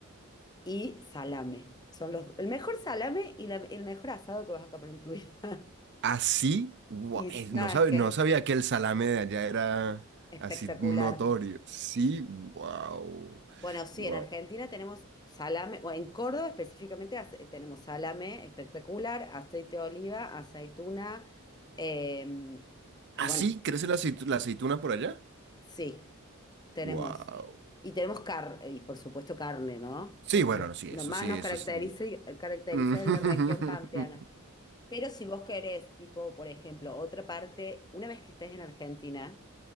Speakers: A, on the left (about 20°); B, on the right (about 50°).
A: y salame. Son los, el mejor salame y la- el mejor asado que vas a comer en tu vida. <laughs>
B: Así, guau,
A: Y s-
B: eh,
A: nada,
B: no sabe-
A: es que
B: no
A: es
B: sabía que el salame de allá era
A: espectacular.
B: así notorio. Sí, wow,
A: Bueno, sí,
B: wow.
A: en Argentina tenemos salame, o en Córdoba específicamente hace- tenemos salame espectacular, aceite de oliva, aceituna, em, y
B: ¿Así
A: bueno.
B: crece la aceitu- la aceituna por allá?
A: Sí, tenemos.
B: Wow.
A: Y tenemos carne, y por supuesto carne, ¿no?
B: Sí,
A: Que
B: bueno,
A: es lo,
B: no, sí,
A: lo
B: eso
A: más
B: sí,
A: nos
B: eso
A: caracteriza,
B: sí.
A: caracteriza
B: <laughs>
A: en la región pampeana. Pero si vos querés, tipo, por ejemplo, otra parte, una vez que estés en Argentina,